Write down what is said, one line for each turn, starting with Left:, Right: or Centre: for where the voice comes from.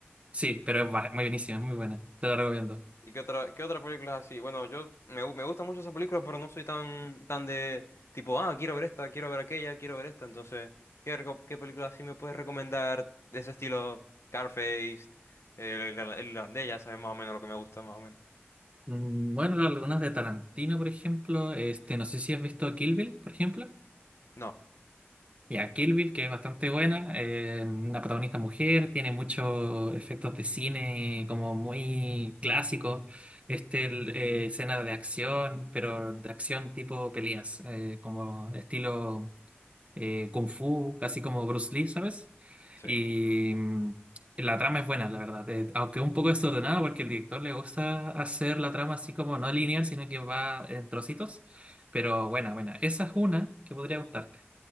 Right: Sí, pero es ba- muy buenísima, es muy buena. Te la recomiendo.
Left: ¿Y qué otra, qué otra película es así? Bueno, yo me, gu- me gustan mucho esas películas, pero no soy tan, tan de tipo, ah, quiero ver esta, quiero ver aquella, quiero ver esta. Entonces, ¿qué, reco- qué película así me puedes recomendar de ese estilo? Carface, el, el, el irlandés, ya sabes más o menos lo que me gusta, más o menos.
Right: Mm, Bueno, algunas de Tarantino, por ejemplo. Este, no sé si has visto Kill Bill, por ejemplo.
Left: No,
Right: Ya, Kill Bill, que es bastante buena. eh, una protagonista mujer, tiene muchos efectos de cine como muy clásicos. Este, el, eh, escenas de acción, pero de acción tipo peleas, eh, como estilo. eh, Kung Fu, casi como Bruce Lee, ¿sabes?
Left: sí,
Right: Y mm, la trama es buena, la verdad, eh, aunque un poco desordenada porque el director le gusta hacer la trama así como no lineal, sino que va en trocitos, pero buena, buena. Esa es una que podría gustarte.